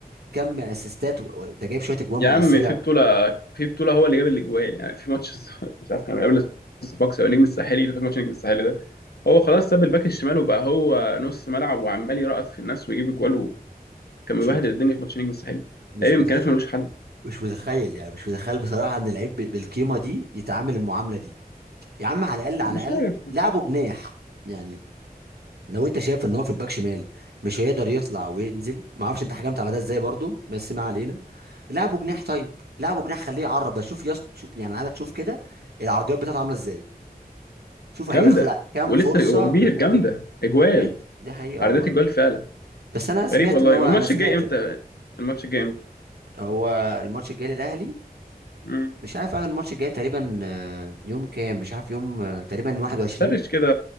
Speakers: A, on the right; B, on the left.
A: كم اسيستات و- و- ده جايب شويه اجوان
B: يا
A: مؤثره
B: عم في بطوله في بطوله هو اللي جاب الاجوال يعني في ماتش الص- <laughs> مش عارف كان قبل الصفاقسي او نجم الساحلي فاكر ماتش نجم الساحلي ده هو خلاص ساب الباك الشمال وبقى هو نص ملعب وعمال يرقص في الناس ويجيب اجوال وكان مبهدل
A: مش مت...
B: الدنيا في ماتش نجم الساحلي
A: مش
B: لعيب
A: متخ...
B: امكانياته ملوش حل
A: مش متخيل يعني مش متخيل بصراحه ان لعيب ب- بالقيمه دي يتعامل المعامله دي يا عم على الاقل على
B: مش
A: الاقل
B: عارف
A: لعبه جناح يعني لو انت شايف ان هو في الباك شمال مش هيقدر يطلع وينزل ما اعرفش انت حكمت على ده ازاي برضو بس ما علينا لعبه جناح طيب لعبه جناح خليه يعرب شوف يس شوف يعني عايزك تشوف كده العرضيات بتاعته عامله ازاي شوف هيخلق
B: جامده
A: كام
B: ولسه
A: فرصه
B: هو كبير
A: من الحته
B: جامده
A: دي
B: اجوال
A: بجد دي حقيقه
B: عرضات
A: والله
B: اجوال فعلا
A: بس انا سمعت
B: غريب والله
A: ان هو
B: والماتش
A: انا سمعت
B: الجاي امتى الماتش الجاي امتى
A: هو الماتش الجاي للاهلي
B: امم
A: مش عارف اخر الماتش الجاي تقريبا آه، يوم كام مش عارف يوم آه، تقريبا 21
B: سرش كده